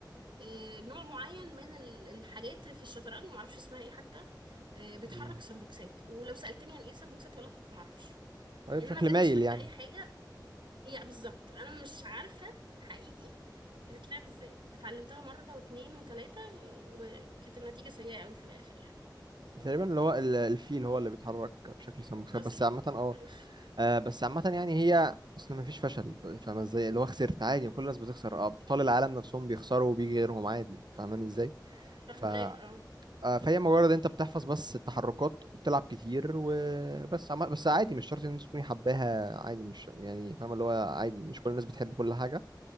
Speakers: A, on the right; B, on the right.
A: آه، نوع معين من ال- الحاجات في الشطرنج ما اعرفش اسمها ايه حتى آه، بيتحرك
B: مم.
A: سمبوكسات ولو سالتني عن ايه سمبوكسات هقول لك ما اعرفش
B: أيوة،
A: لان
B: بشكل
A: انا بجد
B: مايل
A: مش فاكره
B: يعني
A: اي حاجه يعني بالظبط انا مش عارفه حقيقي بتتلعب ازاي اتعلمتها مره واتنين وتلاته و- وكانت النتيجه سيئه قوي في الاخر يعني
B: تقريبا اللي هو ال- الفيل هو اللي بيتحرك بشكل سمبوكسات
A: اصلا
B: بس عامة اه
A: ماشي
B: آه، بس عامة يعني هي اصل مفيش فشل ب- فاهمة ازاي اللي هو خسرت عادي كل الناس بتخسر ابطال العالم نفسهم بيخسروا وبيجي غيرهم عادي فاهماني ازاي
A: فاهمك
B: ف
A: اه
B: آه، فهي مجرد انت بتحفظ بس التحركات وبتلعب كتير وبس عم... بس عادي مش شرط ان انت تكوني حباها عادي مش يعني فاهمة اللي هو عادي مش كل الناس بتحب كل حاجة